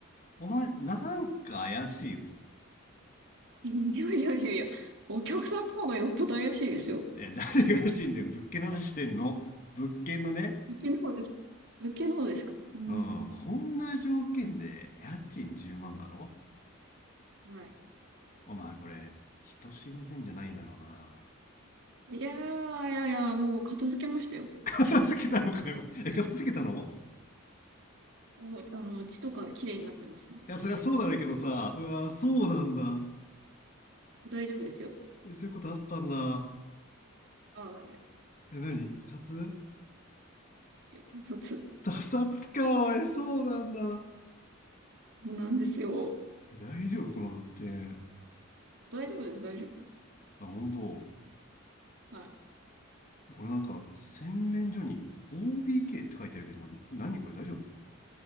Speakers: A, on the left; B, on the right.
A: お前、なんか怪しいぞ。
B: <laughs> いやいやいやいや、お客さんの方がよっぽど怪しいですよ。
A: え、誰が怪しいんだよ。物件の話してんの。物件のね。
B: 受けの方ですか受けの方ですかうん。
A: うん、こんな条件で家賃10万だろ
B: はい。
A: お前これ、人死んでんじゃないだろうな。
B: いやー、いやいや、もう片付けましたよ。
A: 片付けたのかよ。え、片付けたの
B: もう、あの、血とか綺麗になってますんで。
A: いや、そりゃそうだろうけどさ。うわ、そうなんだ。
B: 大丈夫ですよ。
A: え、そういうことあったんだ。
B: ああ、い
A: え、何自殺
B: や、そう
A: <laughs> 他殺か、おい、そうなんだ。
B: そうなんですよ。
A: え、大丈夫この物件。
B: 大丈夫です、大丈夫です。
A: あ、本当。
B: はい。
A: これなんか洗面所に OBK って書いてあるけどこれ何これ大丈夫